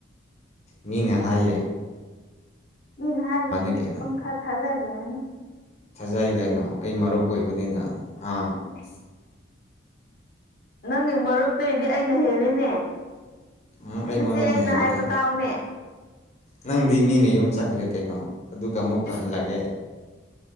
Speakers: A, on the left; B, on the left.
A: ꯃꯤꯅꯍꯌꯦ
B: ꯃꯤꯅ ꯍꯥꯏꯕꯗ ꯄꯪ
A: ꯀꯩꯅꯣ
B: ꯄꯪꯊꯥ ꯊꯥꯖꯔꯨꯔꯥꯅꯨ꯫
A: ꯊꯥꯖꯩ ꯀꯩꯅꯣ ꯑꯩ ꯃꯔꯨꯞ ꯑꯣꯏꯕꯅꯤꯅ ꯍꯥ
B: <inaudible> ꯅꯪꯒꯤ ꯃꯔꯨꯞꯇꯗꯤ ꯑꯩꯅ ꯍꯦꯜꯂꯤꯅꯦ
A: ꯎꯝ ꯑꯩ
B: ꯅꯆꯦ
A: ꯃꯔꯨꯞꯅ
B: ꯑꯩꯅ
A: ꯍꯦꯜꯂꯦ
B: ꯍꯥꯏꯕ ꯇꯥꯎꯅꯦ
A: ꯅꯪꯗꯤ ꯃꯤꯅ ꯌꯨꯝ ꯆꯠꯈ꯭ꯔꯦ ꯀꯩꯅꯣ ꯑꯗꯨꯒ ꯑꯃꯨꯛꯀ
B: ꯏꯁ
A: ꯍꯜꯂꯒꯦ꯫